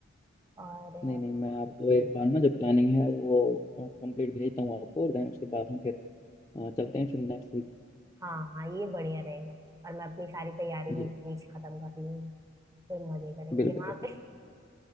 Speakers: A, on the right (about 15°); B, on the left (about 20°).
A: और अ,
B: नहीं नहीं मैं आपको एक प्लान ना जो प्लानिंग है वो कंप्लीट भेजता हूँ आपको और देन उसके बाद हम फिर अ, चलते हैं फिर नेक्स्ट वीक
A: हाँ हाँ ये बढ़िया रहेगा और मैं अपनी सारी तैयारी
B: जी
A: भी इस बीच खत्म कर लूंगी फिर मजे करेंगे
B: बिल्कुल
A: वहां
B: बिल्कुल
A: पे